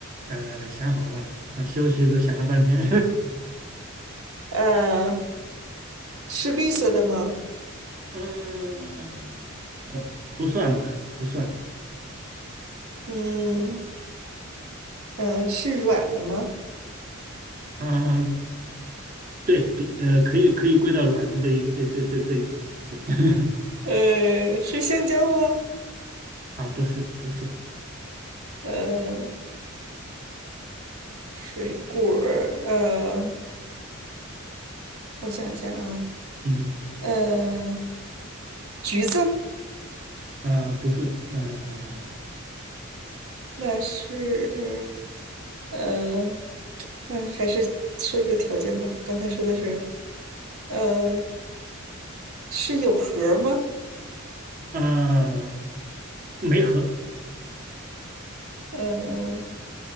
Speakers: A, on the right; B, on the right.
A: 呃，想好了，啊，休息时想了半天，
B: 呃，是绿色的吗？
A: <laughs> 嗯呃，不算吧，不算吧，
B: 嗯，呃，是软的吗？
A: 啊，对比呃可以可以归到软的这一这这这这一块 <laughs>
B: 呃，是香蕉吗？
A: 啊，不是不是，
B: 呃，水果儿呃，我想一下啊，
A: 嗯
B: 呃，橘子，
A: 啊、不是呃
B: 那是，呃，那还是说一个条件吧。刚才说的是，呃，是有核儿吗？
A: 啊。没核
B: 呃，